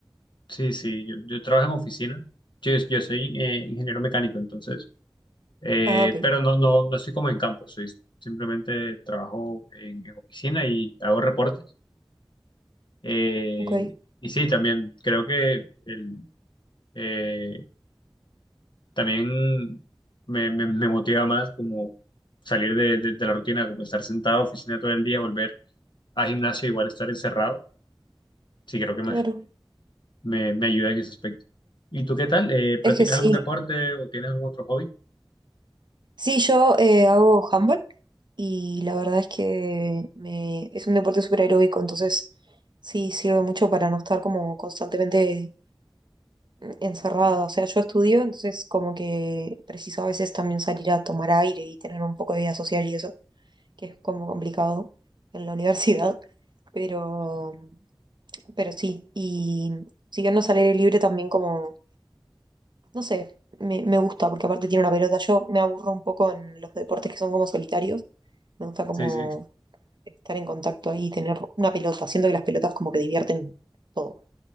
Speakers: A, on the left; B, on the right.
A: Sí, sí, yo, yo trabajo en oficina. Yo, yo soy eh, ingeniero mecánico, entonces, eh,
B: Ah, ok,
A: pero no, no, no estoy como en campo, soy simplemente trabajo en, en oficina y hago reportes. Eh,
B: ok,
A: y sí, también creo que el, eh, también me, me- me motiva más como salir de, de- de la rutina, como estar sentado en oficina todo el día, volver a gimnasio, igual estar encerrado. Sí, creo que
B: claro.
A: me, me ayuda en ese aspecto. ¿Y tú qué tal? Eh, ¿practicas
B: Es que sí,
A: algún deporte o tienes algún otro hobby?
B: sí, yo eh, hago handball y la verdad es que me, es un deporte súper aeróbico, entonces sí sirve mucho para no estar como constantemente encerrada. O sea, yo estudio, entonces como que preciso a veces también salir a tomar aire y tener un poco de vida social y eso, que es como complicado en la <laughs> universidad. Pero, pero sí, y siguiendo al aire libre también como, no sé, me, me gusta porque aparte tiene una pelota. Yo me aburro un poco en los deportes que son como solitarios. Me gusta como
A: Sí, sí.
B: estar en contacto ahí tener una pelota. Siento que las pelotas como que divierten todo.